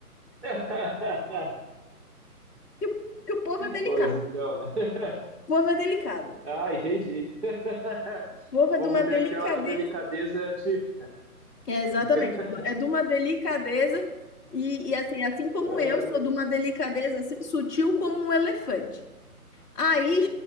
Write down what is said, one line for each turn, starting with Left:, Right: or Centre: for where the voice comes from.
Right: <laughs>
Centre: Que, o- que o povo é delicado.
Right: Pois então, né? <laughs>
Centre: O povo é delicado.
Right: Ah, entendi. <laughs>
Centre: O povo é
Right: O povo
Centre: de uma
Right: tem
Centre: delicadeza.
Right: aquela delicadeza típica.
Centre: É, exatamente.
Right: <laughs>
Centre: É de uma delicadeza. E, e assim, assim como
Right: Ah,
Centre: eu sou de uma delicadeza assim, sutil como um elefante. Aí,